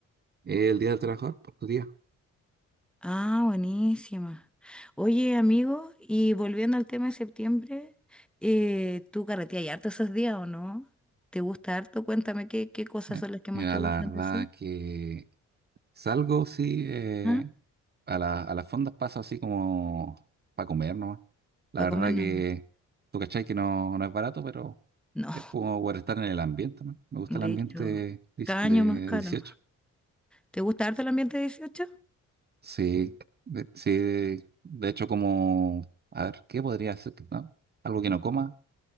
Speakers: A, on the right; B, in the centre.
A: El día del trabajador, por tu día.
B: Ah, buenísima. Oye, amigo, y volviendo al tema de septiembre, eh, ¿tú carreteas harto esos días o no? ¿Te gusta harto? Cuéntame qué, qué cosas
A: Eh,
B: son las que más
A: Mira,
B: te gustan
A: la verdad
B: de eso.
A: que Salgo, sí, eh,
B: ¿Ah?
A: a la- a las fondas paso así como para comer, ¿no? La
B: ¿Para
A: verdad
B: comer nomás?
A: que tú cachai que no, no es barato, pero
B: No,
A: es como por estar en el ambiente, ¿no? Me gusta
B: de
A: el ambiente
B: hecho,
A: dis-
B: cada
A: del
B: año más caro.
A: 18.
B: ¿Te gusta harto el ambiente 18?
A: Sí, de, sí, de de hecho como, a ver, ¿qué podría ser? ¿No? Algo que no coma,